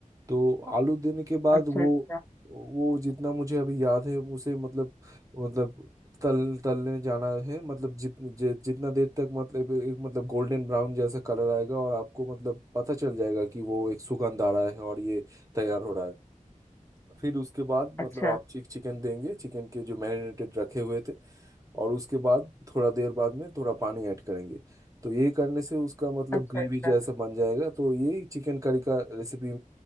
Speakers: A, on the right; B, on the left.
A: तो आलू देने के बाद
B: अच्छा
A: वो
B: अच्छा
A: वो जितना मुझे अभी याद है उसे मतलब मतलब तल तलने जाना है मतलब जित जि, जितना देर तक मतलब एक मतलब गोल्डन ब्राउन जैसा कलर आएगा और आपको मतलब पता चल जाएगा कि वो एक सुगंध आ रहा है और ये तैयार हो रहा है फिर उसके बाद
B: अच्छा
A: मतलब आप चिक चिकन देंगे चिकन के जो मैरिनेटेड रखे हुए थे और उसके बाद थोड़ा देर बाद में थोड़ा पानी ऐड करेंगे तो ये करने से उसका मतलब
B: अच्छा
A: ग्रेवी
B: अच्छा
A: जैसा बन जाएगा तो यही चिकन करी का रेसिपी